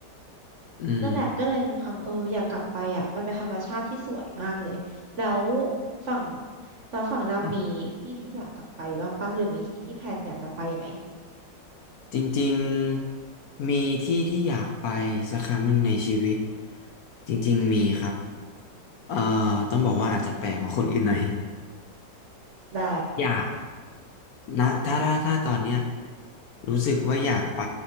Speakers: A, on the left; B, on the right.
A: อืม
B: นั่นแหละก็เลยมีความแบบเอออยากกลับไปอ่ะมันเป็นธรรมชาติที่สวยมากเลยแล้วฝั่งแล้วฝั่งดำมีที่ที่อยากกลับไปบ้างปะหรือมีที่ที่แพลนอยากจะไปไหม
A: โอ่ะจริงๆมีที่ที่อยากไปสักครั้งหนึ่งในชีวิตจริงๆมีครับเอ่อต้องบอกว่าอาจจะแปลกกว่าคนอื่นหน่อย
B: อืมได้
A: <laughs> อยากนะถ้าถ้าถ้าตอนเนี้ยรู้สึกว่าอยากไป